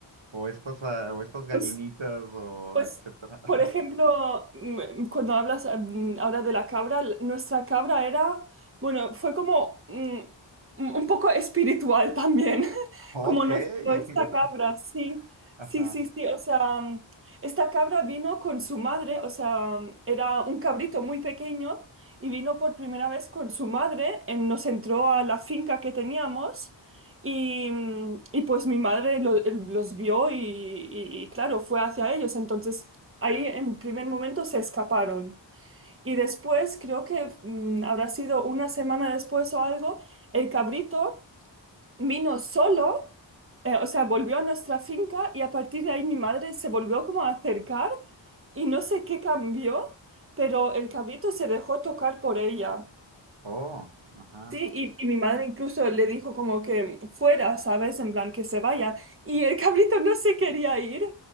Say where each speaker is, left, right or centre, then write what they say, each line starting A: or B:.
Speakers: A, on the right; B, on the right.
A: o estas, ah, o estas gallinitas,
B: Pues,
A: o
B: pues,
A: etcétera. <laughs>
B: por ejemplo, mm, cuando hablas mm, ahora de la cabra, l- nuestra cabra era, bueno, fue como mm, un un poco espiritual también, <laughs>
A: Ok.
B: como nos
A: <laughs>
B: dio esta cabra, sí,
A: Ajá.
B: sí, sí, sí, o sea, mm, esta cabra vino con su madre, o sea, mm, era un cabrito muy pequeño y vino por primera vez con su madre, eh, nos entró a la finca que teníamos. Y, mm, y pues mi madre lo- eh, los vio y, y- y, claro, fue hacia ellos. Entonces ahí en primer momento se escaparon. Y después, creo que mm, habrá sido una semana después o algo, el cabrito vino solo, eh, o sea, volvió a nuestra finca y a partir de ahí mi madre se volvió como a acercar y no sé qué cambió, pero el cabrito se dejó tocar por ella.
A: Oh, ajá.
B: Sí, y, y mi madre incluso le dijo como que fuera, ¿sabes? En plan que se vaya. Y el cabrito no se quería ir.